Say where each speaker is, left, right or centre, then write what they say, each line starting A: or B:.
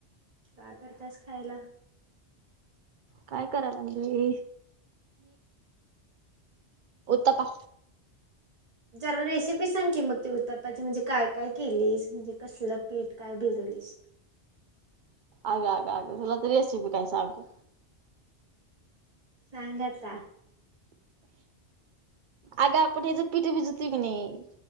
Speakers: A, on the right (about 35°); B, on the right (about 55°).
A: का करत्यास खायला?
B: काय करायलागली? उत्तापा
A: जरा रेसिपी सांग की मग ती उतप्पाची. म्हणजे काय काय केलीस म्हणजे कसलं पीठ काय भिजवलीस.
B: आग आग आग तुला तर रेसिबी काय सागू.
A: सांग आता.
B: अग आपण हेच पिठ भिजतुय की नाही